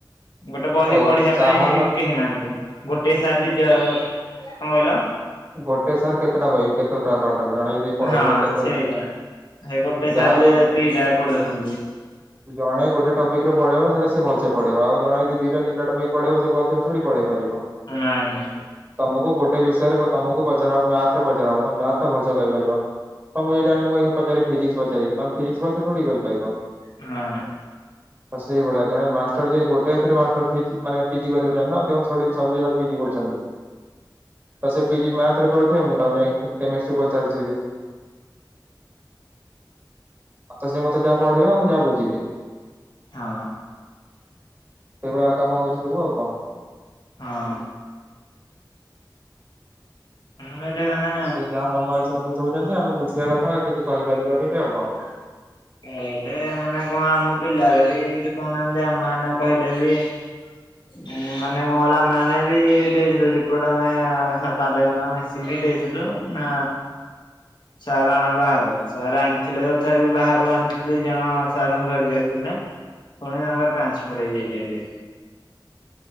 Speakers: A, on the left; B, on the right.
A: ଗୋଟେ ବହି
B: ଓ
A: ପଢେଇବା
B: ସାହାର
A: ପାଇଁ କେହି ନାହାନ୍ତି। ଗୋଟେ ସାର ଦି ଯଣ କଣ କହିଲ?
B: ଗୋଟେ ସାର୍ କେତେଟା ବହି କେତେ ଟା ପାଠ ଜଣେ ଯଦି ପଢେଇବ
A: ହଁ
B: କେତେଟା
A: ସେଇଟା ସେ ଗୋଟେ
B: ଯାହାର
A: ସାର
B: ଯୋଉ
A: ଦିଟା ପଢଉଛନ୍ତି।
B: ଜଣେ ଗୋଟେ ଟପିକରେ ପଢେଇଵ ସେଟା ସେ ଭଲ ସେ ପଢେଇିବ ଆଉ ଜଣେ ଯଦି ଦିଟା ତିନିଟ ଟପିକ ପଢେଇବ ସେ ଭଲ ସେ ଥୋଡି ପଢେଇ ପାରିବ।
A: ନାଇଁଁ ନାଇ।
B: ତମକୁ ଗୋଟେ ବିଷୟରେ ତମକୁ ପଚାର ହବ ମ୍ୟାଥରେ ପଚାର ହବ ତମେ ମ୍ୟାଥ ଟା ଭଲସେ କହିପାରିବ। ତମୁକୁ ଯଦିଆଣି ମୁ ଏଇ ପଚାରି ଫିଜିକ୍ସ ପଚାରିବି ତମେ ଫିଜିକ୍ସ ଭଲସେ ଥୋଡି କହିପାରିବ।
A: ନା।
B: ତ ସେଇ ଭଳିଆ ଜଣେ ମାଷ୍ଟର ଯଦି ଗୋଟେ ସେଇଥି ରେ ମାଷ୍ଟର ପିଜି ମାନେ ପିଜି କରୁଛନ୍ତି ନା ଆଉ ସେ କଣ ଥୋଡି ସବୁ ଜିନିଷରେ ପିଜି କରୁଛନ୍ତି। ତ ସେ ପିଜି ମ୍ୟାଥରେ କରୁଥିଵେ ମୁଁ ତାଙ୍କୁ ଯାଇ କେମିଷ୍ଟ୍ରି ପଚାରୁଥିଵି। ଆଛା ସେ ମୋତେ ଯାହା ପଢେଇଵେ ଆଉ ମୁଁ ଯାହା ବୁଝିବି।
A: ହଁ।
B: ସେଇଭଳିଆ କାମ ହଉଛି ସବୁ ଆଉ କଣ।
A: ହଁ। ମୁ ଏଟ ମାନେ
B: ସେ ଯାହା ମନ ଇଚ୍ଛା ବୁଝଉଛନ୍ତି ଆମେ ବୁଝିବା କଥା ଆଉ କିଛି କହିପାରିବାନି ଆଉ କଣ।
A: ଏବେ ମାନେ କଣ ଆମ ପିଲାରେ ବି କିଛି କହୁନାହାନ୍ତି ଆମେ ଆମ କହିଲେ ବି <unintelligible> ମାନେ କଣ କହିଲ ଆମେମାନେ ଏଇ ଷ୍ଟେଜ ରେ ଅଛୁ <unintelligible> ସାତ ଆଠ ଦିନ <unintelligible> ଦେଇଥିଲୁ ନା ସାର ଆଣ ବାହାରେ ସାର ଆଣିଥିଲେ ତଥାପି ବାହାରୁ ଆଣିଥିଲି ଦି ଜଣ ସାର୍ ଙ୍କୁ ଧରିକି ଆସିଥିଲେ, ପୁଣି ତାଙ୍କର ଟ୍ରାନ୍ସଫର ହେଇଯାଇଛି ଏବେ।